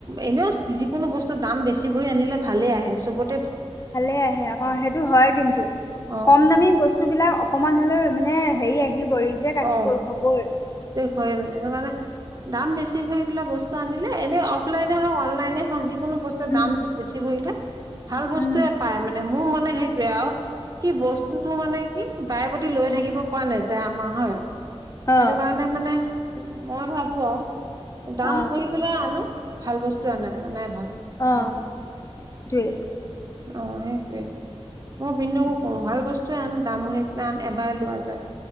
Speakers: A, on the right (about 35°); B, on the left (about 30°).
A: এনেও যিকোনো বস্তুৰ দাম বেছি বহ আনিলে ভালে আহে চবত
B: ভালে আহে অ' সেইটো হয় কিন্তু
A: অ
B: কম দামী বস্তু বিলাক অকমান হলেও মানে হেৰি আহিব ৰিজেক্ট আহি
A: অ'
B: হ'বই
A: হয় মানে সেইটো কাৰণে দাম বেছি ভৰি পেলাই বস্তুনিলে এনে অফলাইনে হওঁক অনলাইনে হওঁ যি কোনো বস্তুৰৰ
B: উম
A: দাম ত বেছি ভৰিলে ভাল বস্তুৱয়ে
B: উম
A: পায় মানে মোৰ মানে সেইটয়ে আৰু কি বস্তুটো মানে কি বাই প্ৰতি লৈ থাকিব পৰা নেযায় আমাৰ হয়
B: অ
A: সেইটো কাৰণে মানে মই ভাবো আৰু দাম
B: অ
A: ভৰি পেলাই আনো। ভাল বস্তু আনে, আনে ভাল
B: অ
A: এনেকুৱা।
B: সেইটোৱে
A: অ' সেইটোৱেই। মই বিন্দুকো কওঁ ভাল বস্তুৱয়ে আন দাম হৈ পেলাই আন এবাৰ লোৱা যায়।